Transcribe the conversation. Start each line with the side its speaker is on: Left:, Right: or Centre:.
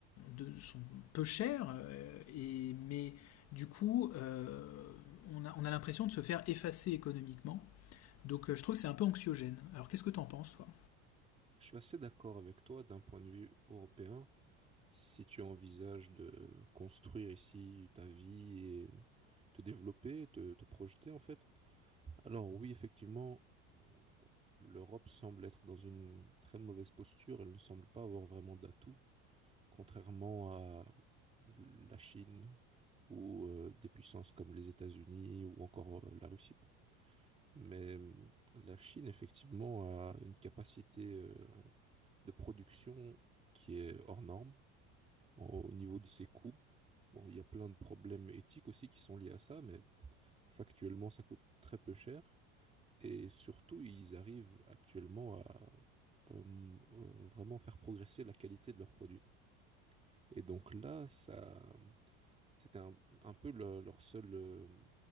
Left: de- sont peu chers, euh, et, mais du coup, euh, on a, on a l'impression de se faire effacer économiquement. Donc euh, je trouve que c'est un peu anxiogène. Alors qu'est-ce que t'en penses, toi?
Right: Je suis assez d'accord avec toi d'un point de vue européen. Si tu envisages de construire ici ta vie et te développer, te, te projeter en fait, alors oui, effectivement, euh, l'Europe semble être dans une très mauvaise posture. Elle ne semble pas avoir vraiment d'atout, contrairement à la Chine ou euh, des puissances comme les États-Unis ou encore euh, la Russie. Mais euh, la Chine, effectivement, a une capacité euh, de production qui est hors norme en- au niveau de ses coûts. Bon, il y a plein de problèmes éthiques aussi qui sont liés à ça, mais factuellement, ça coûte très peu cher. Et surtout, ils arrivent actuellement à euh, euh, vraiment faire progresser la qualité de leurs produits. Et donc là, ça, c'était un, un peu le- leur seul euh,